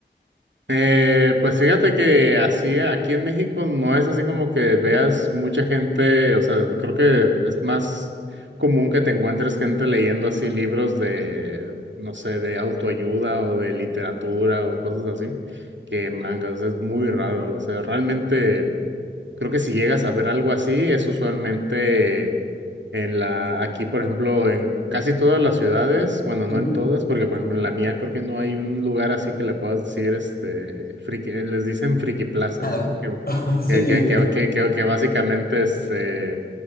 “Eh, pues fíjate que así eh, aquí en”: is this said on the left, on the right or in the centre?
Right